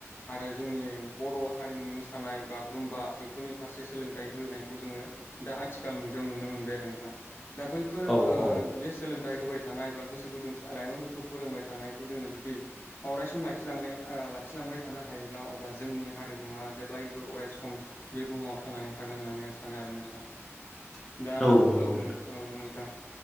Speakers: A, on the left; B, in the centre.
A: आरो जोंनि बर' हारिमुनि मोसानाय बागुरुम्बा बेफोरनि फारसे सोलोंथाइ होनायखौ जोंङो दा आथिखाल मुगायाव नुनो मोनबाय आरो नोंथां। दा बैफोरो
B: औ
A: ओ
B: औ
A: जे सोलोंथाइ होबाय थानाय बा गोसो गुदुं आलाइमोनफोरखौ फोरोंबाय थानायखौ जोंङो जुदि दि अराय सम लाखिलांनाय ओ लाखिलांबाय थानो हायोब्ला अब्ला जोंनि हारिमुवा जेब्लायबो अराय सम बे बुहुमाव थांनानै था थागोन होन्नानै आं सानो आरो नोंथां।
B: <inaudible>
A: दा
B: नंगौ
A: औ औ नोंथां